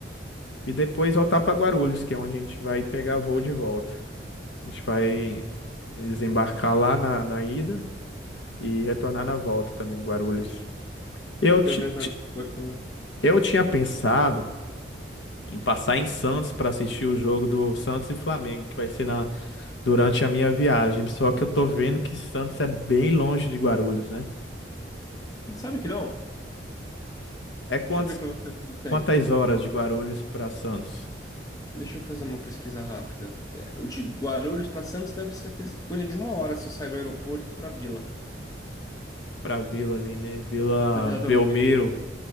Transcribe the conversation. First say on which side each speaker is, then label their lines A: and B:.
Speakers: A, on the left (about 80°); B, on the left (about 20°).
A: E depois voltar para Guarulhos, que é onde a gente vai pegar voo de volta. A gente vai desembarcar lá na, na ida e retornar na volta também, Guarulhos. Eu, ti-
B: Pelo menos vai
A: ti-
B: no aeroporto, né?
A: eu tinha pensado. em passar em Santos para assistir o jogo do Santos e Flamengo, que vai ser na, durante a minha viagem. Só que eu tô vendo que Santos é bem longe de Guarulhos, né?
B: Sabe que não?
A: É quantos,
B: Deixa eu ver pra você quanto tempo.
A: quantas horas de Guarulhos para Santos?
B: Deixa eu fazer uma pesquisa rápida. É, o De Guarulhos para Santos deve ser que- coisa de uma hora se sai do aeroporto para Vila,
A: Para Vila ali, né? Vila
B: para Vila
A: Belmiro.
B: Belmiro,